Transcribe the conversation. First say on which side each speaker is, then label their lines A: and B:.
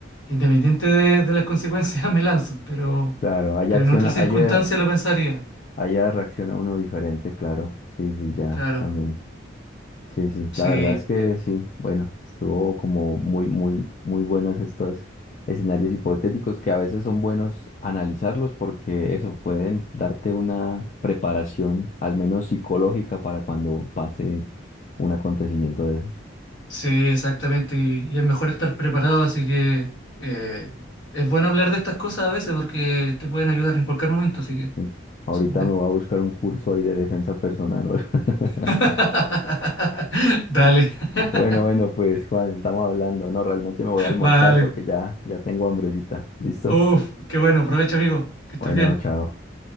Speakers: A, on the left (about 70°); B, on the left (about 40°).
A: independiente de, de las consecuencias, <laughs> me lanzo, pero,
B: claro. Allá
A: pero
B: acciona,
A: en otras circunstancias
B: allá,
A: lo pensaría.
B: allá reacciona uno diferente, claro. Sí, sí, ya,
A: Claro,
B: también. Sí, sí,
A: sí.
B: la verdad es que sí, bueno, estuvo como muy, muy, muy buenos estos escenarios hipotéticos que a veces son buenos analizarlos porque eso pueden darte una preparación, al menos psicológica, para cuando pase un acontecimiento de esos.
A: Sí, exactamente. Y, y es mejor estar preparado, así que eh, es bueno hablar de estas cosas a veces porque te pueden ayudar en cualquier momento, así que
B: Sí. Ahorita
A: súper bien.
B: me voy a buscar un curso ahí de defensa personal. o algo. <laughs>
A: <laughs> Dale. <laughs>
B: Bueno, bueno, pues Juan, estamos hablando. No, realmente me voy a almorzar
A: Vale.
B: porque ya, ya tengo hambrecita. ¿Listo?
A: Uf, qué bueno. Aprovecha, amigo. Que estés
B: Bueno,
A: bien.
B: chao.